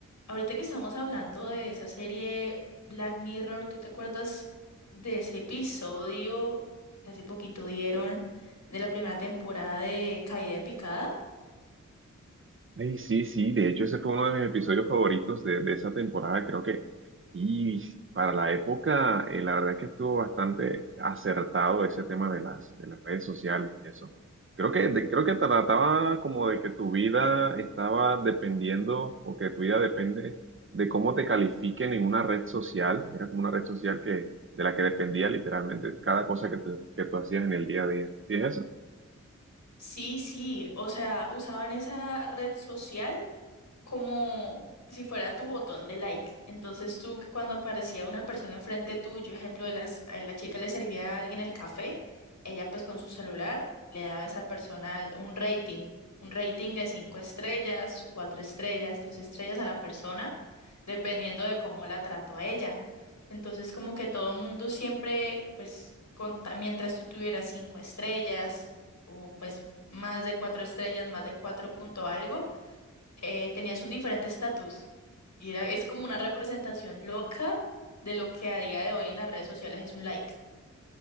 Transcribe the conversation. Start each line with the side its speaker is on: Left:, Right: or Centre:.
Left: Ahorita que estamos hablando de esa serie Black Mirror, ¿tú te acuerdas de ese episodio que hace poquito dieron de la primera temporada de Caída en Picada?
Right: Ey, sí, sí, de hecho ese fue uno de mis episodios favoritos de, de esa temporada, creo que, y para la época, eh, la verdad es que estuvo bastante acertado ese tema de las, de las redes sociales y eso. Creo que, de- creo que trataba como de que tu vida estaba dependiendo o que tu vida depende de cómo te califiquen en una red social, era como una red social que, de la que dependía literalmente cada cosa que, tú- que tú hacías en el día a día. ¿Sí es eso?
Left: Sí, sí, o sea, usaban esa red social como si fuera tu botón de like. Entonces tú cuando aparecía una persona enfrente tuyo, ejemplo, de las, a la chica le servía a alguien el café, ella pues con su celular le daba a esa persona un rating, un rating de cinco estrellas, cuatro estrellas, tres estrellas a la persona, dependiendo de cómo la trató a ella. Entonces como que todo el mundo siempre, pues conta- mientras tú tuvieras cinco estrellas o pues más de cuatro estrellas, más de cuatro punto algo, eh, tenías un diferente estatus. Y era, es como una representación loca de lo que a día de hoy en las redes sociales es un like.